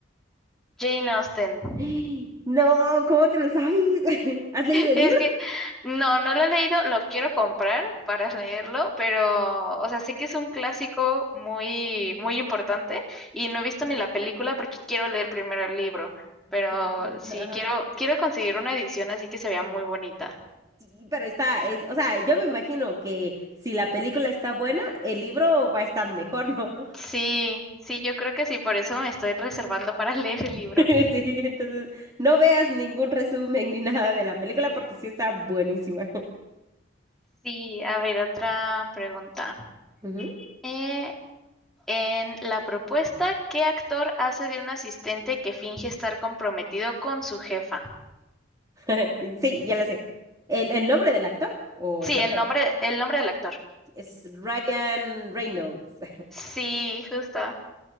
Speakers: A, in the centre; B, on the right.
A: Jane Austen.
B: <gasps> No, ¿cómo te lo sabes? <laughs> ¿Has leído el
A: Es
B: libro?
A: que no, no lo he leído, lo quiero comprar para leerlo, pero, o sea, sé que es un clásico muy, muy importante y no he visto ni la película porque quiero leer primero el libro, pero
B: No.
A: sí quiero, quiero conseguir una edición así que se vea muy bonita.
B: Sí, pero está, es, o sea, yo me imagino que si la película está buena, el libro va a estar mejor, ¿no?
A: Sí, sí, yo creo que sí, por eso me estoy reservando para <laughs> leer el libro.
B: <laughs> Sí, entonces no veas ningún resumen ni nada de la película porque sí está buenísima.
A: Sí, a ver, otra pregunta.
B: Ujú.
A: Eh, en la propuesta, ¿qué actor hace de un asistente que finge estar comprometido con su jefa?
B: <laughs> Sí, ya la sé. ¿El, el nombre del actor o
A: Sí,
B: el nombre
A: el
B: del-
A: nombre, el nombre del actor.
B: es Ryan Reynolds. <laughs>
A: Sí, justo.